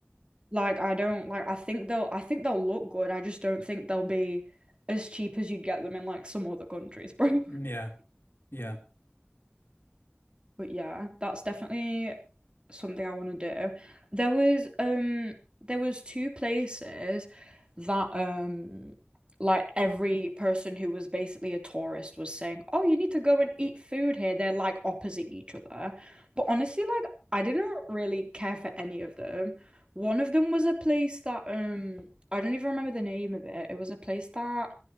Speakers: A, on the right (about 25°); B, on the left (about 60°).
A: Like, I don't like, I think they'll, I think they'll look good. I just don't think they'll be as cheap as you'd get them in like some other countries, <laughs> bro.
B: Mm, Yeah. Yeah.
A: But yeah, that's definitely something I want to do. There was um there was two places that um like every person who was basically a tourist was saying, "Oh, you need to go and eat food here." They're like opposite each other. But honestly, like I didn't really care for any of them. One of them was a place that um I don't even remember the name of it. It was a place that